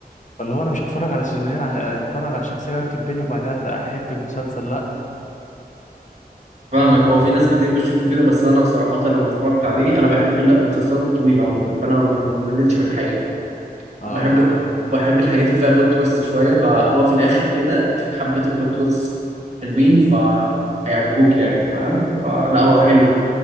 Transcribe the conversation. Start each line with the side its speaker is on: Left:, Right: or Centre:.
Left: فاللي هو انا مش هتفرج على سيزونين ع- اتفرج على الشخصية وهي بتتبني وبعدها احب المسلسل لا
Right: فاهمك هو في ناس كتير بتشوفه كده بس انا صراحة لما اتفرجت عليه انا بحب المسلسلات الطويلة عموما فانا ما ما مليتش من الحاجة دي
Left: اه
Right: وبحب وبحب الحاجات اللي فيها بلوت تويست شوية فهو في الاخر كده في حبة بلوت تويست حلوين فهيعجبوك يعني فاهم فلا هو حلو